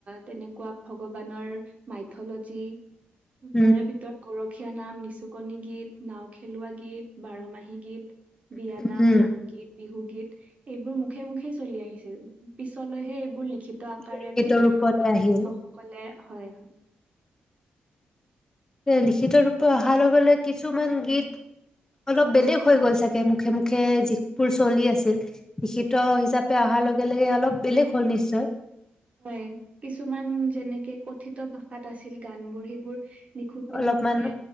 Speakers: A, on the right; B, on the left.
A: তেনেকুৱা ভগৱানৰ মাই থ'ল'জি
B: উম
A: তাৰে ভিতৰত গৌৰৱ খীয়া নাম, নিচুকণী গীত নাও খেলুৱা গীত, বাৰমাহী গীত, বিয়ানাম,
B: উম,
A: বনগীত, বিহুগীত। এইবোৰ মুখে মুখে চলি আহিছিল, পিছলৈহে এইবোৰ লি খিত আকাৰেদি,
B: লিখিত ৰূপতে
A: অ',
B: আহিল।
A: লিখকসকলে হয়। হয়।
B: এ লিখিত ৰূপে অহাৰ লগে লগে কিছুমান গীত, অলপ বেলেগ হৈ গ'ল চাগে, মুখে মুখে যিবোৰ চলি আছিল লিখিত হিচাপে অহাৰ লগে লগে অলপ বেলেগ হ'ল নিশ্চয়।
A: হয়, কিছুমান যেনেকে কত ভাষাত আছিল গান বোৰ সেইবোৰ লিখোতে
B: অলপমান
A: লিখোতে